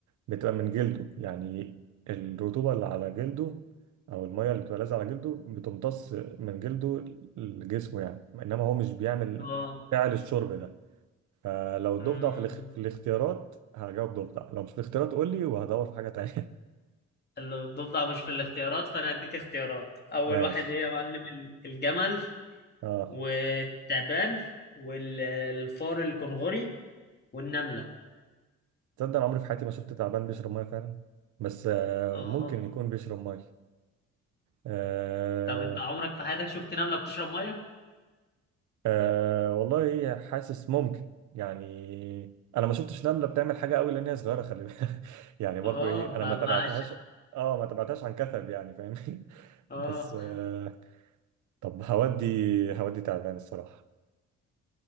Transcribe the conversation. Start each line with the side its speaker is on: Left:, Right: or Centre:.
Right: بتبقى من جلده يعني الرطوبة اللي على جلده أو المية اللي بتبقى لازقة على جلده بتمتص من جلده لجسمه يعني إنما هو مش بيعمل
Left: اه
Right: فعل الشرب ده فلو
Left: مم،
Right: ضفدع في, الاخ... في الاختيارات هجاوب ضفدع لو مش في الاختيارات قول لي وهدور في حاجة تانية
Left: الضفدع مش في الاختيارات فانا هديك اختيارات اول
Right: <laughs> ماشي
Left: واحد ايه يا معلم ال- الجمل
Right: اه
Left: والتعبان والفار الكنغوري والنملة
Right: تصدق أنا عمري في حياتي ما شفت تعبان بيشرب مية فعلا بس آه
Left: اه
Right: ممكن يكون بيشرب مية آه،
Left: طب انت عمرك في حياتك شفت نملة بتشرب مية
Right: أه والله حاسس ممكن يعني انا ما شفتش نملة بتعمل حاجة قوي لان هي صغيرة خلي بالك <laughs> يعني برضو
Left: اه
Right: ايه انا
Left: ما
Right: ما تابعتهاش
Left: ما عش...
Right: اه ما تابعتهاش عن كثب يعني فاهمني <laughs>
Left: اه
Right: بس أه طب هودي هودي تعبان الصراحة